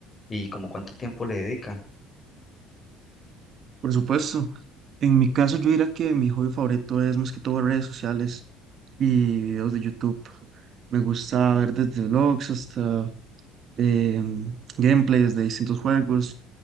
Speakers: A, on the left; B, on the right.
A: y como cuánto tiempo le dedica.
B: Por supuesto, en mi caso yo diría que mi hobby favorito es más que todo redes sociales. y videos de YouTube. Me gusta ver desde vlogs hasta em, gameplays de distintos juegos